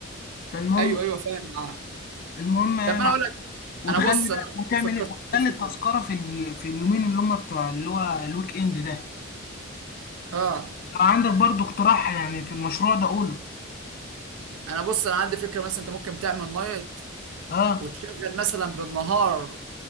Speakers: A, on the left; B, on the right.
A: فالمهم
B: ايوه ايوه فاهم معاه
A: المهم إيه،
B: طب ما انا اقول لك
A: وتغلي
B: انا بص انا
A: بقى
B: برضه
A: وتعمل
B: فكرت
A: ايه وتغلي
B: في فكره
A: التذكرة
B: دي.
A: في ال... في اليومين اللي هم بتوع اللي هو الويك اند ده
B: اه
A: لو عندك برضو اقتراح يعني في المشروع ده قوله
B: انا بص انا عندي فكره مثلا انت ممكن تعمل نايت
A: اه
B: وتشغل مثلا بالنهار